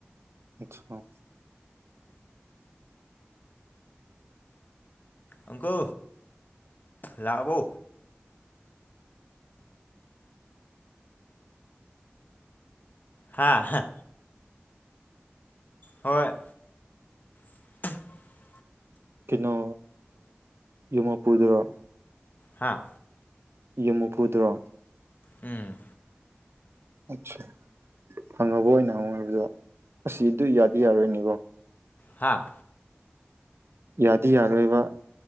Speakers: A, on the right; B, on the left.
A: ꯑꯆꯥꯣ
B: ꯑꯪꯀꯣ ꯂꯥꯛꯕꯣ ꯍꯥꯥ ꯍꯣꯏ <inaudible>
A: ꯀꯩꯅꯣ ꯌꯨꯝ ꯃꯥꯄꯨꯗꯨꯔꯣ
B: ꯍꯥꯥ
A: ꯌꯨꯝ ꯃꯨꯐꯨꯗ꯭ꯔꯣ
B: ꯎꯝ
A: ꯑꯆꯥ ꯍꯪꯉꯕ ꯑꯣꯏꯅ ꯍꯪꯉꯣ ꯍꯥꯏꯕꯗꯣ ꯑꯁꯤ ꯑꯗꯨ ꯌꯥꯗꯤ ꯌꯥꯔꯣꯏꯅꯤꯀꯣ
B: ꯍꯥꯥ
A: ꯌꯥꯗꯤ ꯌꯥꯔꯣꯏꯕ